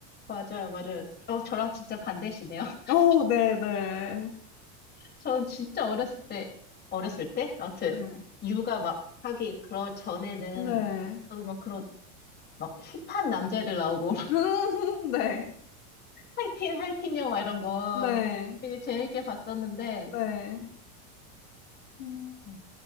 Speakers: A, on the left; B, on the left.
A: 맞아요, 맞아요. 어, 저랑 진짜 반대시네요. <laughs>
B: 어, 네네.
A: 전 진짜 어렸을 때, 어렸을 때? 아무튼,
B: 네.
A: 육아 막 하기, 그러 전에는,
B: 네.
A: 저도 막 그런, 막 힙한 남자애들 나오고, <laughs>
B: 음, <laughs> 네.
A: 하이틴, 하이틴 영화 이런 거
B: 네.
A: 되게 재밌게 봤었는데,
B: 네. 음,
A: 음.